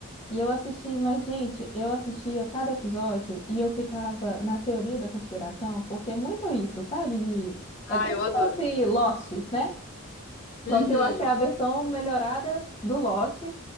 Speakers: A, on the left; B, on the left.
A: E eu assisti, mas gente, eu assistia cada episódio e eu ficava na teoria da conspiração, porque é muito isso, sabe? De, é
B: Ah,
A: como
B: eu adoro.
A: se fosse Lost, né?
B: Uhum,
A: Só que eu acho que é a versão melhorada do Lost